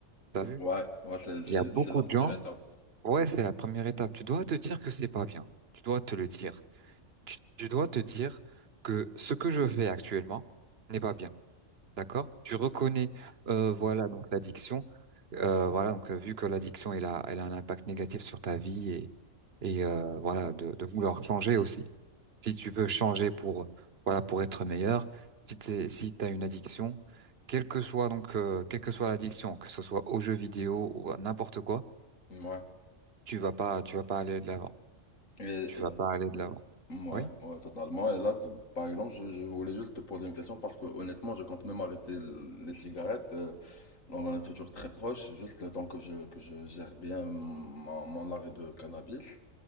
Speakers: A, on the right; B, on the left.
A: T'as vu?
B: Ouais, ouais, c'est, c'est,
A: Il y a beaucoup
B: c'est la
A: de
B: première
A: gens.
B: étape.
A: Ouais, c'est la première étape. Tu dois te dire que c'est pas bien. Tu dois te le dire. Tu, tu dois te dire que ce que je fais actuellement n'est pas bien. D'accord? Tu reconnais, euh, voilà, donc l'addiction. Euh, voilà, donc euh, vu que l'addiction elle a, elle a un impact négatif sur ta vie et, et euh, voilà de, de vouloir changer aussi. Si tu veux changer pour voilà pour être meilleur, si t'es, si t'as une addiction, quelle que soit donc euh, quelle que soit l'addiction, que ce soit aux jeux vidéo ou à n'importe quoi,
B: Mm. Ouais.
A: tu vas pas tu vas pas aller de l'avant.
B: Et,
A: Tu
B: euh,
A: vas pas aller de l'avant.
B: ouais,
A: Oui?
B: ouais, totalement. Et là, t- par exemple, je, je voulais juste te poser une question parce que honnêtement, je compte même arrêter l- les cigarettes euh, dans un futur très proche, juste le temps que je, que je gère bien mon, mon arrêt de cannabis.